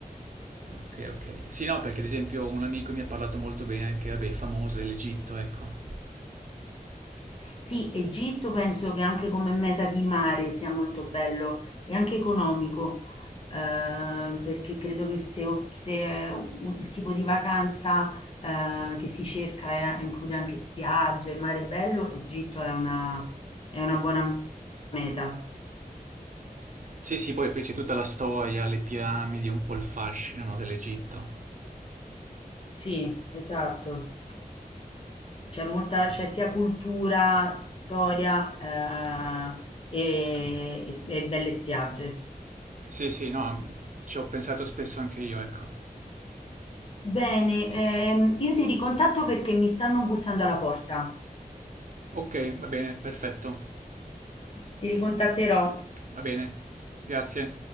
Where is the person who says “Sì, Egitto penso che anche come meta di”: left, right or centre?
Left